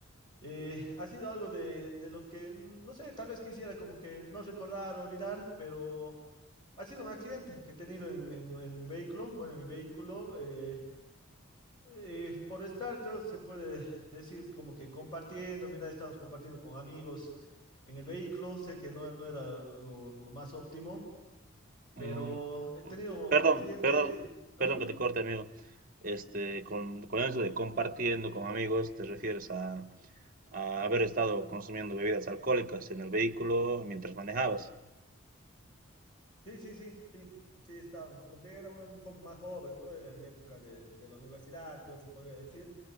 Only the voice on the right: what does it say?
Mm,
perdón,
perdón,
perdón que te corte, amigo. Este, con, con eso de compartiendo con amigos, te refieres a, a haber estado consumiendo bebidas alcohólicas en el vehículo mientras manejabas.